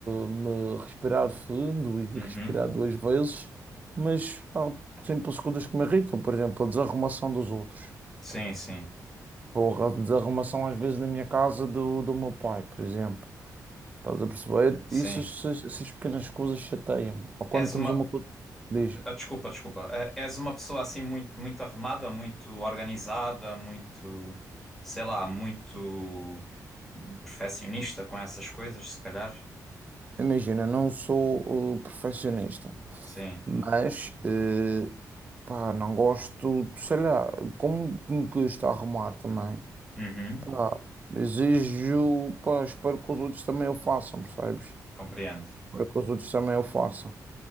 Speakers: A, on the right; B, in the centre.
A: me respirar fundo e
B: Uhum,
A: respirar duas vezes, mas há simples coisas que me irritam. Por exemplo, a desarrumação dos outros.
B: sim, sim,
A: Porra, a desarrumação às vezes na minha casa do, do meu pai, por exemplo. Estás a perceber?
B: sim.
A: Isso, essas, essas pequenas coisas chateiam-me. Ou quando
B: És
A: temos
B: uma.
A: uma coisa. Diz,
B: Ah, desculpa, desculpa. Ah, és uma pessoa assim muito, muito arrumada, muito organizada, muito, sei lá, muito perfeccionista com essas coisas, se calhar.
A: imagina, não sou eh, perfeccionista.
B: Sim.
A: Mas, eh, pá, não gosto, sei lá, como me custa arrumar também.
B: Uhum.
A: Pá, exijo, pá, espero que os outros também o façam, percebes?
B: Compreendo.
A: Espero que os outros também o façam.